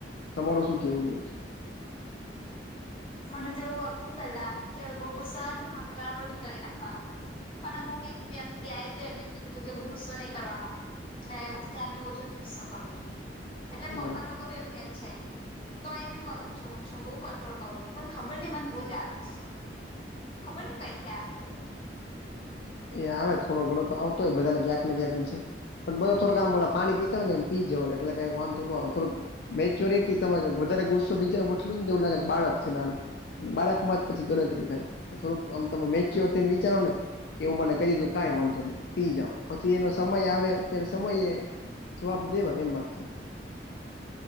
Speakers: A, on the left (about 65°); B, on the left (about 30°).
A: તમારું શું કેવું છે
B: મને તો એવું હતું પેલા કે બહુુ ગુસ્સો આવે ને તો હામે વાળા પર જ ઉતારી નાખવાનો પણ અમુક એક વ્યક્તિ આયો હતો એમને ઋવું કીધું તું કે બહુ ગુસ્સો નહીં કરવાનો એટલે ત્યારને ઓછો ગુસ્સો કરુ છું એટલે પપ્પા
A: બરાબર
B: લોકો બી એવું કે છે તો એ મેં કરું છો છું બહ કંટ્રોલ કરું, પણ ખબર ને મન બહુજ આવે ગુસ્સો ખબર ને કઈથી આવે છે?
A: એ આવે થોડો ઘડો તો આવતોય બધાને ક્યાંક ને ક્યાંક એ છે પણ બધો થોડક આમે પાણી પીતા હોય એમ પી જો એટલે કઈ વાંધ ન ના આવે થોડક મેચ્યોરિટી તમે વધારે ગુસ્સો બીજા એટલું ને એવું લાગે બાળક છે નાનું, બાળક માં જ પછી ગણતરી થાય થોડુંક આમ તમે મેચ્યોર થઈને વિચારો ને કે એવું મને કહીધું કઈ વાંધો નહી પી જાાવ પછી એનો સમય આવે ત્યાર સમયે જવાબ દેવાય એમ વાત છે.